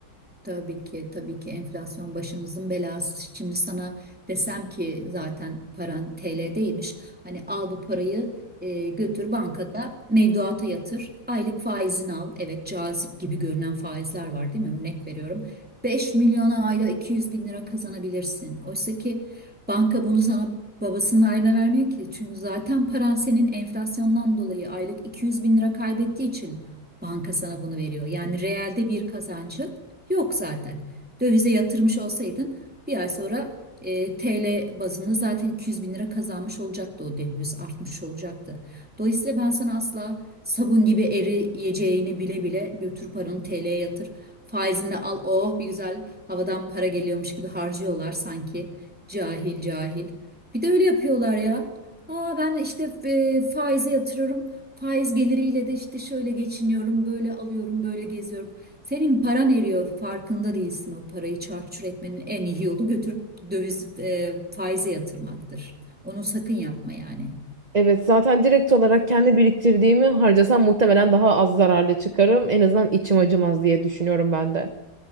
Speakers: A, in the centre; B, on the right.
A: Tabii ki, tabii ki enflasyon başımızın belası. Şimdi sana desem ki zaten paran TL'deymiş. Hani al bu parayı e, götür bankada mevduata yatır. Aylık faizini al. Evet cazip gibi görünen faizler var değil mi? Örnek veriyorum. 5 milyona ayda 200 bin lira kazanabilirsin. Oysa ki banka bunu sana babasının ayrına vermiyor ki. Çünkü zaten paran senin enflasyondan dolayı aylık 200 bin lira kaybettiği için banka sana bunu veriyor. Yani reelde bir kazancı Yok zaten. Dövize yatırmış olsaydın bir ay sonra e, TL bazında zaten 200 bin lira kazanmış olacaktı o döviz artmış olacaktı. Dolayısıyla ben sana asla sabun gibi eriyeceğini bile bile götür paranı TL'ye yatır. Faizini de al oh bir güzel havadan para geliyormuş gibi harcıyorlar sanki cahil cahil. Bir de öyle yapıyorlar ya. Aa ben işte e, faize yatırıyorum. Faiz geliriyle de işte şöyle geçiniyorum, böyle alıyorum, böyle geziyorum. Senin paran eriyor, farkında değilsin o parayı çarçur etmenin en iyi yolu götürüp döviz e, faize yatırmaktır. Onu sakın yapma yani.
B: Evet zaten direkt olarak kendi biriktirdiğimi harcasam muhtemelen daha az zararlı çıkarım. En azından içim acımaz diye düşünüyorum ben de.